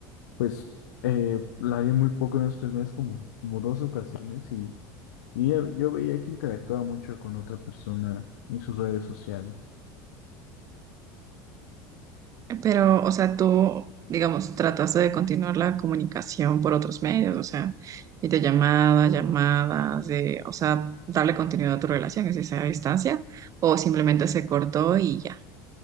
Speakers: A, on the left; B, on the right.
A: Pues eh, la vi muy poco en estos tres meses, como, como dos ocasiones, y, y yo yo veía que interactuaba mucho con otra persona en sus redes sociales.
B: Pero, o sea, tú, digamos, trataste de continuar la comunicación por otros medios, o sea, videollamadas, llamadas, de, o sea, darle continuidad a tu relación, es esa distancia, o simplemente se cortó y ya.